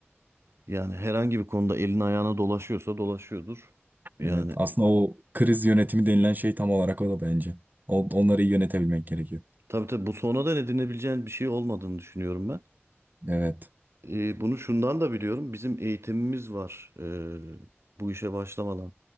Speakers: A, on the right; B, on the right.
A: Yani herhangi bir konuda elin ayağına dolaşıyorsa dolaşıyordur. Yani
B: Evet, aslında o kriz yönetimi denilen şey tam olarak o da bence. O- onları iyi yönetebilmek gerekiyor.
A: tabii tabii bu sonradan edinebileceğin bir şey olmadığını düşünüyorum ben.
B: Evet.
A: Ee, bunu şundan da biliyorum. Bizim eğitimimiz var ee, bu işe başlamadan.